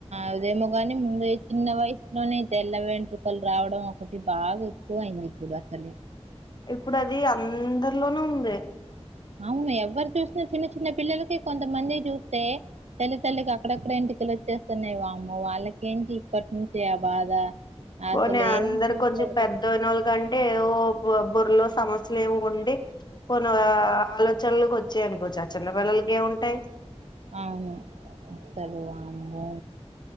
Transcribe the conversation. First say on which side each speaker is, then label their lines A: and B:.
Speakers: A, on the right; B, on the left.
A: అదేమోగాని ముందు ఈ చిన్న వయసులోనే తెల్ల వెంట్రుకలు రావడం ఒకటి బాగా ఎక్కువైయింది ఇప్పుడు అసలే
B: ఇప్పుడు అది అందరిలోనూ ఉంది
A: అవును ఎవరు చూసిన చిన్న చిన్న పిల్లలకి కొంతమందికి చూస్తే తెల్ల తెల్లగా అక్కడక్కడ ఎం ట్రుకలు వచ్చేస్తున్నాయి వామ్మో వాళ్ళకేంటి ఇప్పటినుంచే ఆ బాధ
B: పోని
A: అసలు
B: అందరు
A: ఏం చేస్తారు
B: కొంచెం పెద్దయినోళ్ళ కంటే ఓ బుర్రలో సమస్యలు ఏవో ఉండి కొన్ని ఆలో చనలకి వచ్చాయనుకోచ్చు ఆ చిన్నపిల్లలకి ఏముంటాయి
A: అవును అసలు వామో